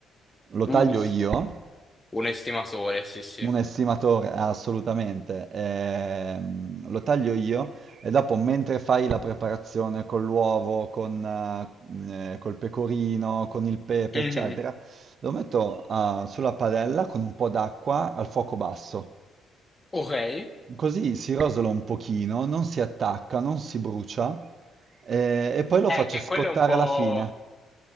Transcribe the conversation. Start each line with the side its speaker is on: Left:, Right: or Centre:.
Right: lo
Left: Uh,
Right: taglio io,
Left: un estimatore, sì, sì.
Right: Un estimatore, assolutamente. Ehm, lo taglio io e dopo, mentre fai la preparazione con l'uovo, con, eh, eh, col pecorino, con il pepe,
Left: Mhm.
Right: eccetera, lo metto, eh, sulla padella con un po' d'acqua al fuoco basso.
Left: Ok. Eh,
Right: Così si rosola un pochino, non si attacca, non si brucia, eh, e poi lo faccio
Left: che
Right: scottare
Left: quello è un po'.
Right: alla fine.